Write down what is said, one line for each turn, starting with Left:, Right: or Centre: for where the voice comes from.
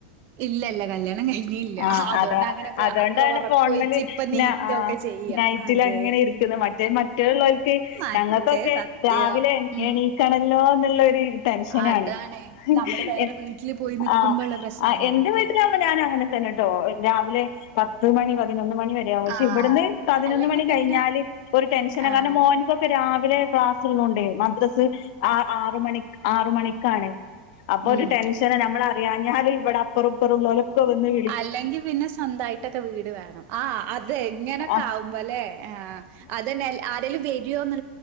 Right: ഇല്ല ഇല്ല കല്യാണംകഴി ഇല്ല ഇല്ല
Left: ആഹ്
Right: അതൊണ്ട്
Left: അതാ
Right: അങ്ങനെക്കെ
Left: അതോണ്ടാണ്
Right: അത്ര ഉറക്കോഴിച്ച്
Left: ഫോൺമല്
Right: ഇപ്പനീകൊക്കെ
Left: ന ആഹ്
Right: ചെയ്യാ
Left: നൈറ്റിലങ്ങനെ
Right: അതെ
Left: മറ്റേ മറ്റേലോൽക്ക്
Right: മറ്റേ
Left: ഞങ്ങൾക്കൊക്കെ
Right: സത്യം.
Left: രാവിലെ
Right: ഉം.
Left: എണ് കണല്ലോന്നുള്ളൊര് ടെൻഷനാണ്
Right: അതാണ്.
Left: ഹ്
Right: നമ്മള് വേറെ
Left: ഏ
Right: വീട്ടില് പോയി നിക്കുമ്പള്ള
Left: ആഹ്
Right: പ്രശ്നാണ്
Left: ആഎന്റെവീട്ടില
Right: അതൊക്കെ.
Left: പ്പ ഞാനങ്ങനെതന്നെട്ടൊ രാവിലെ പത്ത്മണി പതിനൊന്ന്മണി വ <unintelligible> പക്ഷെഇവിടുന്ന്
Right: ആഹ്.
Left: പതിനൊന്ന്മണി
Right: അല്ലെങ്കി പിന്നെ
Left: കഴിഞ്ഞാല് ഒരുടെൻഷന
Right: ആഹ്
Left: കാരണം മോൻ കൊക്കെ രാവിലെ ക്ലാസ്ള്ളൊണ്ടേ മദ്രസ്സ് ആഹ് ആറ്മണി ആറ്മണിക്കാണ്അപ്പൊഒരുടെൻഷന
Right: ഉം.
Left: നമ്മളറിയാഞ്ഞാല്ഇവിടെ പറപറല്ലോലൊക്കെവന്നെ
Right: അല്ലെങ്കി പിന്നെ സ്വന്തയിട്ടൊക്കെ വീട് വേണം ആഹ് അതെ ഇങ്ങനൊക്കെ
Left: ആഹ്
Right: ആവുമ്പോല്ലേ ആഹ് അതന്നെ ആരെലും വെരോന്ന്